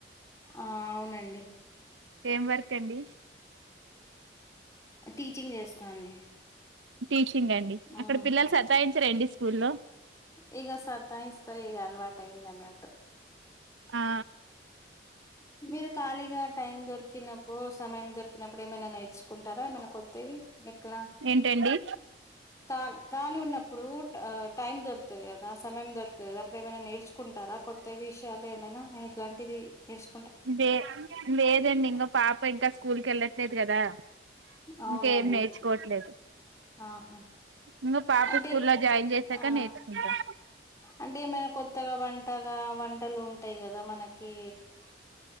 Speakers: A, on the left; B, on the right.
A: ఆ అవునండి
B: ఏం వర్క్ అండి
A: టీచింగ్ చేస్తా అండి
B: టీచింగ్ అండి
A: ఉమ్
B: అక్కడ పిల్లలు సతాయించరా అండి స్కూల్లో
A: ఇగ సతాయిస్తరు ఇగ అలవాటు అయింది అన్నట్టు
B: ఆ
A: మీరు కాళీఘాట్ టైం దొరికినప్పుడు సమయం దొరికినప్పుడు ఏమైనా నేర్చుకుంటారా ఏమైనా కొ వత్తేవి ఎట్లా
B: ఏంటండి
A: తాళి తాళి ఉన్నప్పుడు టైమ్ దొరుతుంది కదా అస సమయం దొరుతుంది అప్పుడు ఏమైనా నేర్చుకుంటారా కొత్త విషయాలు ఏమైనా ఇలాంటిది నేర్చు
B: వే లేదండి ఇంకా పాప ఇంకా స్కూల్కి వెళ్ళట్లేదు కదా
A: అవునండి
B: ఇంకేం నేర్చుకోవట్లేదు
A: ఆహా
B: ఇంగ పాప
A: అంటే
B: స్కూల్లో జాయిన్ చేసాక
A: ఆ
B: నేర్చుకుంటాం
A: అంటే ఏమైనా కొత్తగా వంట అత్తగా వంటలు ఉంటాయి కదా మనకి